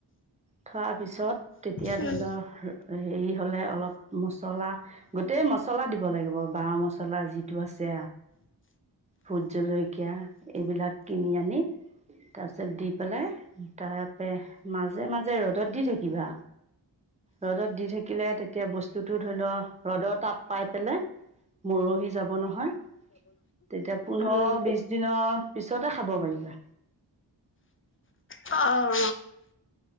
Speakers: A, on the right; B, on the left.
A: থোৱাৰ পিছত তেতিয়া
B: উম,
A: ধৰি লও হেৰি হলে অলপ মছলা, গোটেই মছলা দিব লাগিব বা মচলা পচলা যিটো আছে ভোত জলকীয়া এইবিলাক কিনি আনি তাৰপিছত দি পেলাই তাৰ পৰা মাজে মাজে ৰ'দত দি থাকিবা, ৰ'দত দি থাকিলে তেতিয়া বস্তুটো ধৰি লও ৰ'দত তাপ পাই পেলাই মৰহি যাব নহয়। তেতিয়া পোন্ধৰ
B: উম।
A: বিশ দিনৰ পিছতে খাব পাৰিবা।
B: অ।